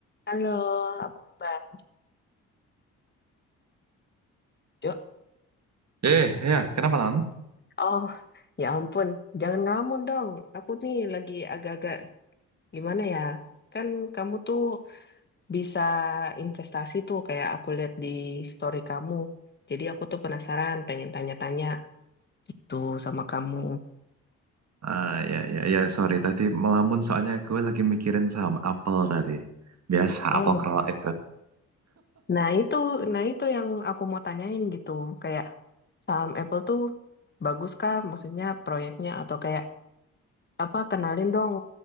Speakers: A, on the left; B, on the right.
A: Halo, apa kabar? Jo,
B: Eh, ya, kenapa non?
A: oh, ya ampun, jangan ngelamun dong. Aku nih lagi agak-agak gimana ya? Kan kamu tuh bisa investasi tuh kayak aku lihat di story kamu. Jadi aku tuh penasaran, pengen tanya-tanya gitu sama kamu.
B: Ah ya ya ya sorry tadi melamun soalnya gue lagi mikirin saham Apple tadi. Biasa
A: Oh,
B: Apple Crow itu.
A: nah itu, nah itu yang aku mau tanyain gitu. Kayak saham Apple tuh bagus kah? Maksudnya proyeknya atau kayak apa kenalin dong